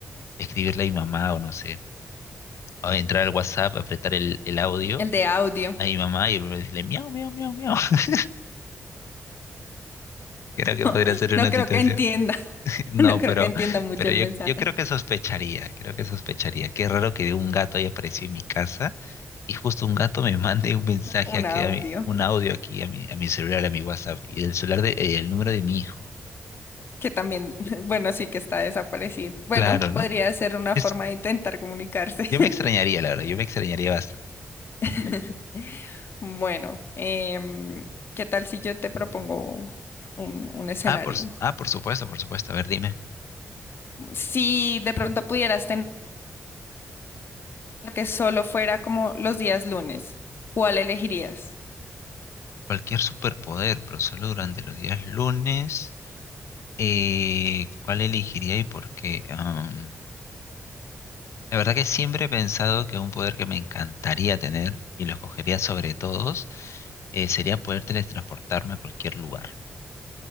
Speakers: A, on the left; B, on the left.
A: escribirle a mi mamá o no sé, o entrar al WhatsApp, apretar el, el audio
B: El de audio.
A: a mi mamá y decirle miau, miau, miau, miau. <laughs> Creo que
B: <laughs>
A: podría ser una
B: No creo
A: situación.
B: que entienda.
A: <laughs>
B: <laughs>
A: No,
B: No creo
A: pero,
B: que entienda mucho
A: pero
B: el
A: yo,
B: mensaje.
A: yo creo que sospecharía, creo que sospecharía. Qué raro que un gato haya aparecido en mi casa y justo un gato me <laughs> mande un mensaje
B: Un
A: aquí,
B: audio.
A: a mi- un audio aquí a mi, a mi celular, a mi WhatsApp y el celular de, eh, el número de mi hijo.
B: Que también, <laughs> bueno, sí que está desaparecido. Bueno,
A: Claro,
B: podría
A: ¿no?
B: ser una
A: Es-
B: forma de intentar comunicarse.
A: yo me extrañaría, la verdad, yo me extrañaría bastante.
B: <laughs> Bueno, em, ¿qué tal si yo te propongo un, un escenario?
A: Ah, por, su- ah, por supuesto, por supuesto. A ver, dime.
B: Si de pronto pudieras tener que solo fuera como los días lunes, ¿cuál elegirías?
A: Cualquier superpoder, pero solo durante los días lunes. Eh, ¿cuál elegiría y por qué? Am, la verdad que siempre he pensado que un poder que me encantaría tener y lo escogería sobre todos eh, sería poder teletransportarme a cualquier lugar.